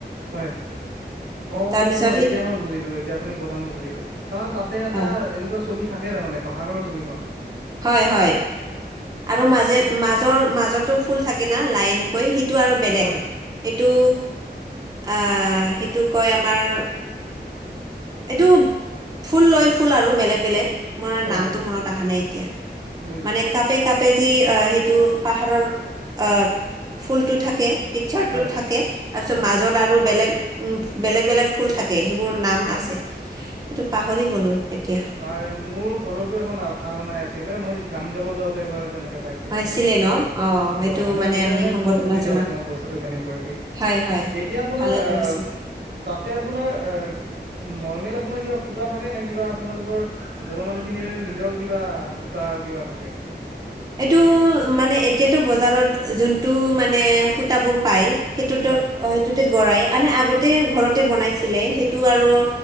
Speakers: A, on the right (about 75°); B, on the right (about 20°).
A: হয় অ
B: তাৰপিছত সি
A: এতিয়া মই বুজিলো এতিয়া আপুনি কওঁতে মই বুজিলো তাৰমানে তাতে এটা
B: অ
A: এনেকুৱা ছবি থাকে তাৰমানে পাহাৰৰ ছবিখন
B: হয় হয় আৰু মাজে মাজৰ মাজতো ফুল থাকে না লাইনকৈি সি <unintelligible> সিটো আৰু বেলেগ
A: হয়
B: সিটো আহ সিটো কয় আমাৰ এইটো ফুল লৈ ফুল আৰু বেলেগ বেলেগ মোৰ
A: হয়
B: নামটো
A: হয়
B: মনত আহা নাই এতিয়া
A: বুজিছো
B: মানে কাপে কাপে যে এ <unintelligible> ইটো পাহাৰৰ অ ফুলটো থাকে পিকচাৰটো
A: হয়
B: থাকে তাৰপিছত
A: হয়
B: মাজৰ <unintelligible> আৰু বেলেগ উম বেলেগ বেলেগ ফুল থাকে সেইবোৰ নাম
A: হয়
B: আছ <unintelligible> এইটো পাহৰি গলো এতিয়া
A: এ মোৰ ঘৰতো এখন আৰনাই আছিলে মই গান গাব যাওঁতে এবাৰ তেনেকে পাই <unintelligible>
B: পাইছিলে
A: <unintelligible> মোক দিছিলে
B: ন অ
A: হয়
B: সেইটো
A: মই
B: মানে
A: সেইকাৰণে
B: আমি সম্বৰ্ধনা
A: বোলো সুধিলো
B: জনা
A: আপোনাক বস্তুটো কেনেকুৱা কি
B: হয় হয়
A: এতিয়া আপোনাৰ
B: ভালে
A: আহ
B: কৰিছে
A: তাতে আপোনাৰ অ নৰ্মেল আপোনাৰ কিবা সুতা থাকে নে কিবা তোমালোকৰ বড়ো মানুহ খিনিৰ নিজৰ কিবা সূতা কিবা থাকে স্পেচিয়েলি
B: এইটো মানে এতিয়াতো বজাৰত যোনটো মানে সূতাবোৰ পায় সেইটোত
A: হয়
B: সেইটোতে গ়ই আনে আগতে ঘৰতে বনাইছিলে সেইটো আৰু